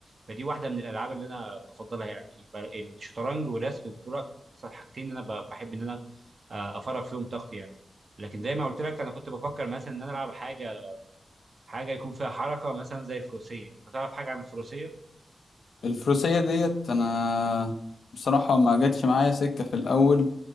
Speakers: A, on the right; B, on the left.
A: فدي واحده من الالعاب اللي انا بفضلها يعني يبقى الشطرنج والرسم دول اكثر حاجتين انا ب- بحب ان انا آه، افرغ فيهم طاقتي يعني لكن زي ما قلت لك انا كنت بفكر مثلا ان انا العب حاجه حاجه يكون فيها حركه مثلا زي الفروسيه انت تعرف حاجه عن الفروسيه
B: الفروسية ديت انا بصراحة ما جاتش معايا سكة في الاول